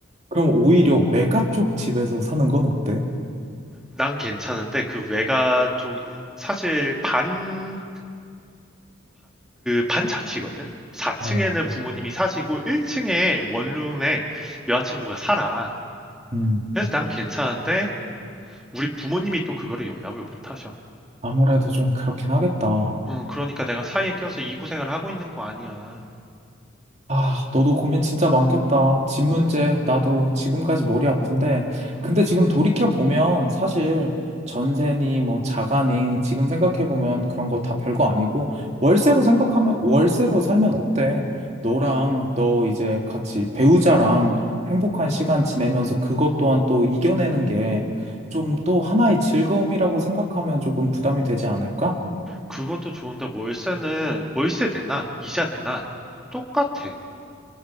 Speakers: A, on the right; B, in the centre.
A: 그럼 오히려 외가 쪽 집에서 사는 건 어때?
B: 난 괜찮은데 그 외가 쪽 사실 반반그 반자취거든. 4층에는
A: 어.
B: 부모님이 사시고 1층에 원룸에 여자친구가 살아.
A: 음.
B: 그래서 난 괜찮은데 우리 부모님이 또 그거를 용납을 못 하셔.
A: 아무래도 좀 그렇긴 하겠다.
B: 어 그러니까 내가 사이에 껴서 이 고생을 하고 있는 거 아니야.
A: 아, 너도 고민 진짜 많겠다. 집 문제,
B: 음,
A: 나도 지금까지 머리 아픈데.
B: 음,
A: 근데 지금 돌이켜보면 사실 전세니 뭐 자가니 지금 생각해보면 그런 거 다 별거 아니고 월세로 생각하면, 월세로 살면 어때? 너랑 너 이제 같이 배우자랑
B: 음.
A: 행복한 시간 지내면서 그것 또한 또 이겨내는 게 좀 또 하나의 즐거움이라고 생각하면 조금 부담이 되지 않을까?
B: 그것도 좋은데 월세는 월세 내나 이자 내나 똑같아.